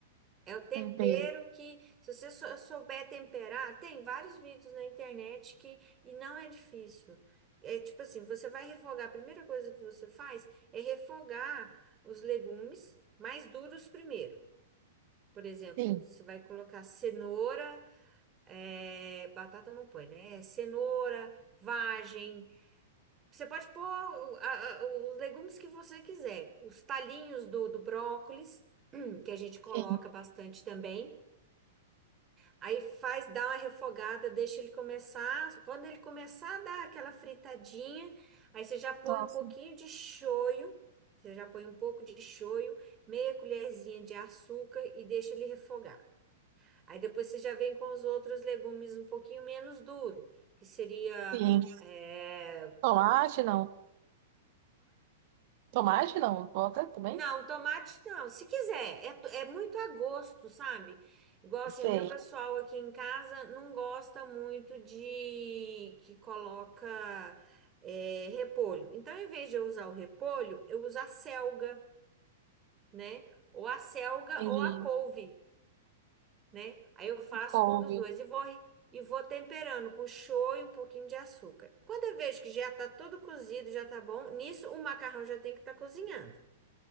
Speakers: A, on the right (about 25°); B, on the right (about 45°).
A: É o tempero
B: tempero.
A: que, se você sou- souber temperar, tem vários vídeos na internet que, e não é difícil. É tipo assim, você vai refogar, a primeira coisa que você faz é refogar os legumes mais duros primeiro. Por exemplo,
B: Sim,
A: você vai colocar cenoura, é, batata não põe, né? É Cenoura, vagem. Você pode pôr o- a- a- os legumes que você quiser. Os talinhos do, do brócolis, <clears throat> que a gente coloca
B: sim.
A: bastante também. Aí faz, dá uma refogada, deixa ele começar. Quando ele começar a dar aquela fritadinha, aí você já põe
B: Nossa,
A: um pouquinho de shoyu, você já põe um pouco de shoyu, meia colherzinha de açúcar e deixa ele refogar. Aí depois você já vem com os outros legumes um pouquinho menos duro, que seria,
B: sim.
A: é,
B: Tomate, não. Tomate, não. Bota também?
A: Não, tomate não. Se quiser, é, to- é muito a gosto, sabe? Igual assim,
B: Sei.
A: o meu pessoal aqui em casa não gosta muito de que coloca é, repolho. Então, em vez de eu usar o repolho, eu uso a selga, né? Ou a selga
B: Entendi.
A: ou a couve, né? Aí eu faço
B: Couve.
A: com um dos dois e vou e vou temperando com show e um pouquinho de açúcar. Quando eu vejo que já tá todo cozido, já tá bom, nisso o macarrão já tem que estar cozinhando.